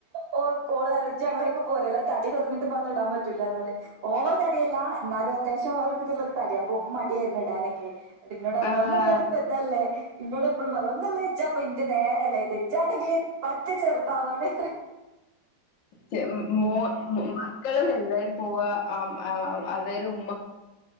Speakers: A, on the right (about 70°); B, on the left (about 90°).
A: ഓ കോള് വരച്ചങ്ങൾ ഒക്കെ പോരല്ല തടി കുറഞ്ഞിട്ട് വന്നിടാൻ പറ്റൂല്ലന്ന് പറയും ഓവർ തടിയല്ല എന്നാലും അത്യാവശ്യം ഒരു ബുദ്ധിമൂട് തടിയ ഓക്ക് മടിയായിരുന്നു ഇടാനൊക്കെ നിട്ട് എന്നോട് പറയ
B: ആഹ്
A: <unintelligible> കൊച്ചല്ലേ ഇന്നോട് എപ്പോഴും പറം ഒന്നല്ല ഈച്ച അപ്പ ഇന്റെ നേരെളയത് ച്ചാണെങ്കിൽ പറ്റ ചെറുത്താവാണ്
B: ചെന്ന് മോൻ മോ മോൻ മക്കളൾ ചെറുതായി പോവാ ആം ആന്ന് അതൊരു ഉമ്മ